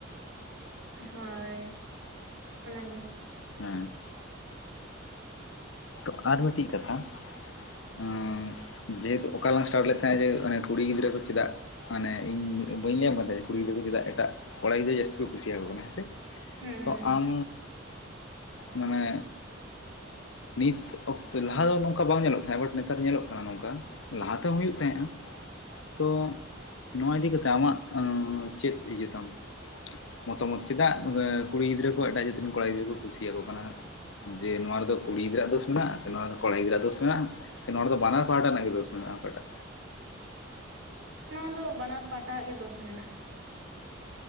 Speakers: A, on the right (about 75°); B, on the left (about 70°).
A: ᱦᱳᱭ ᱚᱱᱟᱜᱮ
B: ᱦᱮᱸ ᱛᱚ ᱟᱨ ᱢᱤᱫᱴᱤᱡ ᱠᱟᱛᱷᱟ ᱮᱸ ᱡᱮᱦᱮᱛᱩ ᱚᱠᱟ ᱞᱟᱝ ᱮᱥᱴᱟᱨᱴ ᱞᱮᱫ ᱛᱟᱦᱮᱸᱜ ᱡᱮ ᱚᱱᱮ ᱠᱩᱲᱤ ᱜᱤᱫᱽᱨᱟᱹ ᱠᱚ ᱪᱤᱫᱟᱜ ᱢᱟᱱᱮ ᱤᱧ ᱵᱟᱹᱧ ᱞᱟᱹᱭᱟᱢ ᱠᱟᱱ ᱛᱟᱦᱮᱸᱫ ᱠᱩᱲᱤ ᱜᱤᱫᱽᱨᱟᱹ ᱠᱚ ᱪᱮᱫᱟᱜ ᱮᱴᱟᱜ ᱠᱚᱲᱟ ᱜᱤᱫᱽᱨᱟᱹ ᱡᱟᱥᱛᱤ ᱠᱚ ᱠᱩᱥᱤᱭᱟᱠᱚ ᱠᱟᱱᱟ ᱦᱮᱸ ᱥᱮ
A: ᱦᱩᱸ
B: ᱛᱚ ᱟᱢ ᱢᱟᱱᱮ ᱱᱤᱛ ᱚᱠᱛᱮ ᱞᱟᱦᱟ ᱫᱚ ᱱᱚᱝᱠᱟ ᱵᱟᱝ ᱧᱮᱞᱚᱜ ᱛᱟᱦᱮᱸᱜ ᱵᱟᱴ ᱱᱮᱛᱟᱨ ᱧᱮᱞᱚᱜ ᱠᱟᱱᱟ ᱱᱚᱝᱠᱟ ᱞᱟᱦᱟ ᱛᱮᱦᱚᱸ ᱦᱩᱭᱩᱜ ᱛᱟᱦᱮᱸᱜᱼᱟ, ᱛᱚᱜ ᱱᱚᱣᱟ ᱤᱫᱤ ᱠᱟᱛᱮ ᱟᱢᱟᱜ ᱩᱸ ᱪᱮᱫ ᱤᱭᱟᱹ ᱛᱟᱢ? ᱢᱚᱛᱟᱢᱚᱛ ᱪᱮᱫᱟᱜ ᱠᱩᱲᱤ ᱜᱤᱫᱽᱨᱟᱹ ᱠᱚ ᱮᱴᱟᱜ ᱡᱟᱹᱛ ᱨᱮᱱ ᱠᱚᱲᱟ ᱜᱤᱫᱽᱨᱟᱹ ᱠᱚ ᱠᱩᱥᱤᱭᱟᱠᱚ ᱠᱟᱱᱟ? ᱡᱮ ᱱᱚᱣᱟ ᱨᱮᱫᱚ ᱠᱩᱲᱤ ᱜᱤᱫᱟᱹᱨᱟᱜ ᱫᱳᱥ ᱢᱮᱱᱟᱜ-ᱟ ᱥᱮ ᱱᱚᱣᱟᱨᱮ ᱫᱚ ᱠᱚᱲᱟ ᱜᱤᱫᱟᱹᱨᱟᱜ ᱫᱳᱥ ᱢᱮᱱᱟᱜ-ᱟ ᱥᱮ ᱱᱚᱰᱮ ᱫᱚ ᱵᱟᱱᱟᱨ ᱯᱟᱦᱴᱟ ᱨᱮᱱᱟᱜ ᱜᱮ ᱫᱳᱥ ᱢᱮᱱᱟᱜ-ᱟ ᱚᱠᱟᱴᱟᱜ?
A: ᱱᱚᱣᱟ ᱫᱚ ᱵᱟᱱᱟᱨ ᱯᱟᱦᱴᱟ ᱦᱟᱜ ᱜᱮ ᱫᱚᱥ ᱢᱮᱱᱟᱜ-ᱟ᱾